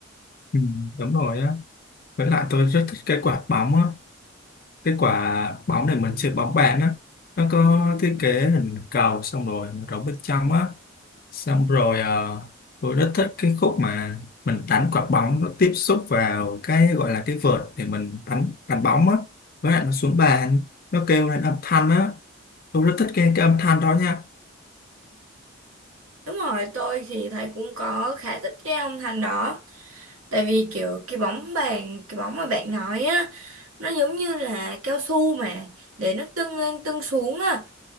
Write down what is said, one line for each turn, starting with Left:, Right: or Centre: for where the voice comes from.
Left: ừ, đúng rồi á với lại tôi rất thích cái quả bóng á cái quả bóng để mình chơi bóng bàn á nó có thiết kế hình cầu xong rồi nó rỗng bên trong á xong rồi ờ, tôi rất thích cái khúc mà mình đánh quả bóng nó tiếp xúc vào cái gọi là cái vợt để mình đánh đánh bóng á với lại nó xuống bàn nó kêu lên âm thanh á tôi rất thích nghe cái âm thanh đó nha
Right: đúng rồi tôi thì thấy cũng có khá thích cái ông Thành đó tại vì kiểu cái bóng bàn cái bóng mà bạn nói á nó giống như là cao su mà để nó tưng lên tưng xuống á